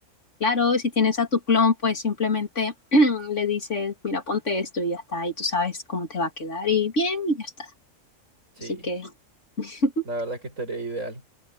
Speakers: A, on the left (about 60°); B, on the right (about 70°).
A: Claro, si tienes a tu clon, pues simplemente <clears throat> le dices, mira, ponte esto y ya está, y tú sabes cómo te va a quedar y bien, y ya está.
B: Sí,
A: Así que <laughs>
B: la verdad es que estaría ideal.